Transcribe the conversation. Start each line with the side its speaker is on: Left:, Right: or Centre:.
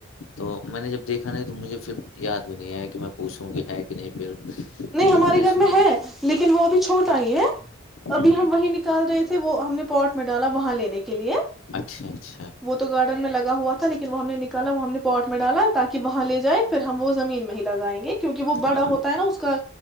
Left: تو میں نے جب دیکھا نہیں تو مجھے پھر یاد بھی نہیں آیا کہ میں پوچھوں کہ ہے کہ نہیں پیڑ لیکن
Centre: ہمارے
Left: نے
Centre: گھر
Left: سنا
Centre: میں ہے
Left: تھا
Centre: لیکن وہ ابھی چھوٹا ہی ہے
Left: ہوں
Centre: ابھی ہم وہی نکال رہے تھے وہ ہم نے پورٹ میں ڈالا وہاں لینے کے لیے
Left: اچھا اچھا
Centre: وہ تو گارڈن میں لگا ہوا تھا لیکن وہ ہم نے نکالا وہ ہم نے پاٹ میں ڈالا تاکہ وہاں لے جائے پھر ہم وہ زمین میں ہی لگائیں گے کیونکہ وہ بڑا
Left: ہاں
Centre: ہوتا ہے نا اس کا